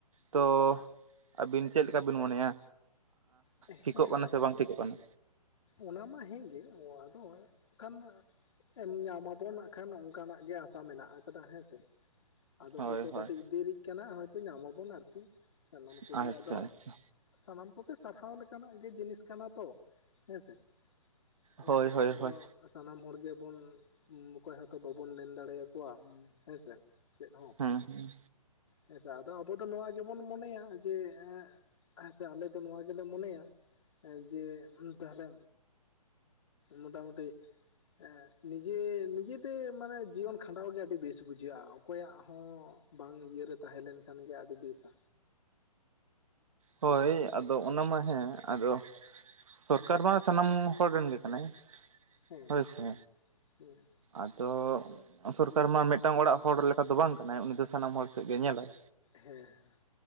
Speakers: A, on the right; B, on the left.
A: ᱛᱚ ᱟᱹᱵᱤᱱ ᱪᱮᱫ ᱞᱮᱠᱟ ᱵᱤᱱ ᱢᱚᱱᱮᱭᱟ
B: ᱦᱮᱸ
A: ᱴᱷᱤᱠᱚᱜ ᱠᱟᱱᱟ ᱥᱮ ᱵᱟᱝ ᱴᱷᱤᱠᱚᱜ ᱠᱟᱱᱟ?
B: ᱚᱱᱟ ᱢᱟ ᱦᱮᱸᱜᱮ ᱟᱫᱚ ᱮ ᱠᱷᱟᱱ ᱮᱢ ᱧᱟᱢ ᱟᱵᱚᱱ ᱱᱟᱜ ᱠᱷᱟᱱ ᱚᱱᱠᱟᱱᱟᱜ ᱜᱮ ᱟᱥᱟ ᱢᱮᱱᱟᱜ ᱟᱠᱟᱫᱟ ᱦᱮᱸᱥᱮ᱾ ᱟᱫᱚ
A: ᱦᱳᱭ
B: ᱦᱳᱭᱛᱳ
A: ᱦᱳᱭ
B: ᱠᱟᱹᱴᱤᱡ ᱫᱮᱨᱤᱜ ᱠᱟᱱᱟ ᱦᱳᱭᱛᱳ ᱧᱟᱢ ᱟᱵᱚᱱ ᱟᱨᱠᱤ ᱥᱟᱱᱟᱢ ᱠᱚᱜᱮ
A: ᱟᱪᱪᱷᱟ
B: ᱟᱫᱚ
A: ᱟᱪᱪᱷᱟ
B: ᱥᱟᱱᱟᱢ ᱠᱚᱜᱮ ᱥᱟᱨᱦᱟᱣ ᱞᱮᱠᱟᱱᱟᱜ ᱜᱮ ᱡᱤᱱᱤᱥ ᱠᱟᱱᱟ ᱛᱚ ᱦᱮᱸᱥᱮ ᱾ ᱦᱮᱸ
A: ᱦᱳᱭ ᱦᱳᱭ
B: ᱟᱫᱚ
A: ᱦᱳᱭ
B: ᱥᱟᱱᱟᱢ ᱦᱚᱲ ᱜᱮᱵᱚᱱ ᱚᱠᱚᱭ ᱦᱚᱸᱛᱚ ᱵᱟᱵᱚᱱ ᱢᱮᱱ ᱫᱟᱲᱮᱭ ᱟᱠᱚᱣᱟ ᱦᱮᱸᱥᱮ, ᱪᱮᱫ ᱦᱚᱸ,
A: ᱦᱮᱸ ᱦᱮᱸ
B: ᱦᱮᱸᱥᱮ ᱟᱫᱚ ᱟᱵᱚ ᱫᱚ ᱱᱚᱣᱟ ᱜᱮᱵᱚᱱ ᱢᱚᱱᱮᱭᱟ ᱡᱮ ᱦᱮᱸᱥᱮ ᱟᱞᱮ ᱫᱚ ᱱᱚᱣᱟ ᱜᱮᱞᱮ ᱢᱚᱱᱮᱭᱟ ᱡᱮ ᱛᱟᱦᱞᱮ ᱢᱚᱴᱟᱢᱩᱴᱤ ᱦᱮᱸ ᱱᱤᱡᱮ ᱱᱤᱡᱮᱛᱮ ᱢᱟᱱᱮ ᱡᱤᱭᱚᱱ ᱠᱷᱟᱸᱰᱟᱣ ᱜᱮ ᱟᱹᱰᱤ ᱵᱮᱥ ᱵᱩᱡᱷᱟᱹᱜᱼᱟ ᱚᱠᱚᱭᱟᱜ ᱦᱚᱸ ᱵᱟᱝ ᱤᱭᱟᱹᱨᱮ ᱛᱟᱦᱮᱸ ᱞᱮᱱ ᱠᱷᱟᱱ ᱜᱮ ᱟᱹᱰᱤ ᱵᱮᱥᱟ,
A: ᱦᱳᱭ ᱟᱫᱚ ᱚᱱᱟ ᱢᱟ ᱦᱮᱸ ᱟᱫᱚ ᱥᱚᱨᱠᱟᱨ ᱢᱟ ᱥᱟᱱᱟᱢ ᱦᱚᱲ ᱨᱮᱱ ᱜᱮ ᱠᱟᱱᱟᱭ
B: ᱦᱮᱸ
A: ᱦᱳᱭ ᱥᱮ,
B: ᱦᱮᱸ
A: ᱟᱫᱚ ᱥᱚᱨᱠᱟᱨ ᱢᱟ ᱢᱤᱫᱴᱟᱝ ᱚᱲᱟᱜ ᱦᱚᱲ ᱞᱮᱠᱟ ᱫᱚ ᱵᱟᱝ ᱠᱟᱱᱟᱭ ᱩᱱᱤ ᱫᱚ ᱥᱟᱱᱟᱢ ᱦᱚᱲ ᱥᱮᱫ ᱜᱮ ᱧᱮᱞᱟᱭ,
B: ᱦᱮᱸ ᱮ